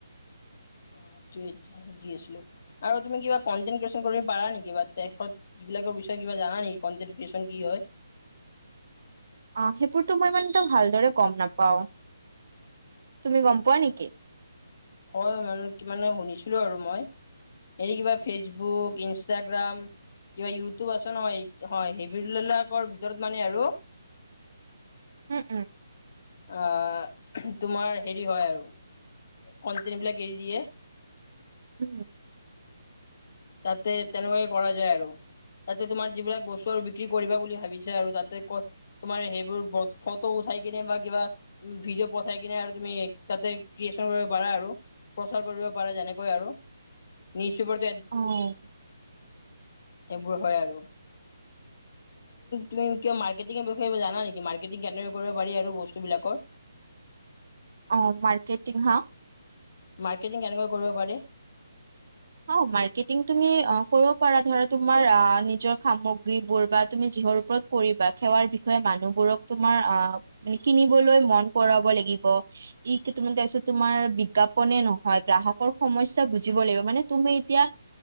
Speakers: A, on the left (about 35°); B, on the right (about 50°).
A: অঁ, সেইটোৱে সুধি আছিলো। আৰু তুমি কিবা কনটে- কৰিব পাৰা নেকি বা যিবিলাকৰ বিষয়ে কিব জানা নেকি কনটেন্ট ক্ৰিয়েচন কি হয়?
B: অঁ, সেইবোৰতো মই মানে ভালদৰে গম নাপাওঁ। তুমি গম পোৱা নেকি?
A: হয়, মানে কি মানে শুনিছিলো আৰু মই। এৰি কিবা ফেচবুক, ইনষ্টাগ্ৰাম, কিবা কিবি ইউটিউব আছে নহয়। হয়, সেই বিলাকৰ ভিতৰত মানে আৰু।
B: উম, উম।
A: আ তোমাৰ হেৰি হয় আৰু কনটেন্ট বিলাক এৰি দিয়ে।
B: <unintelligible>
A: তাতে তেনেকুৱাকে কৰা যায় আৰু। তাতে তোমাৰ যিবিলাক বস্তু আৰু বিক্ৰী কৰিবা বুলি ভাবিছা আৰু তাতে ক'ত- তোমাৰ সেইবোৰ ফটো উঠাই কিনে বা কিবা- ভিডিঅ' পঠাই কিনে আৰু তুমি তাতে ক্ৰিয়েচন কৰিব পাৰা আৰু। প্ৰচাৰ কৰিব পাৰে যেনেকৈ আৰু নিউজ পেপাৰ-
B: অঁ।
A: সেইবোৰ হয় আৰু। তুমি কিবা মাৰ্কেটিঙৰ বিষয়ে কিবা জানা নেকি? মাৰ্কেটিং কেনেকৈ কৰিব পাৰি আৰু বস্তুবিলাকৰ।
B: অঁ, মাৰ্কেটিং হা?
A: মাৰ্কেটিং কেনেকে কৰিব পাৰি?
B: অঁ, মাৰ্কেটিং তুমি অঁ কৰিব পাৰা। ধৰা তোমাৰ অঁ, নিজৰ সামগ্ৰীবোৰ বা তুমি যিহৰ ওপৰত- কৰিবা সেৱাৰ বিষয়ে মানুহবোৰক তোমাৰ অ মানে কিনিবলৈ মন কৰাব লাগিব। ই কি তোমাৰ তাৰপিছত তোমাৰ বিজ্ঞাপনে নহয় গ্ৰাহকৰ সমস্যা বুজিব লাগিব মানে তুমি এতিয়া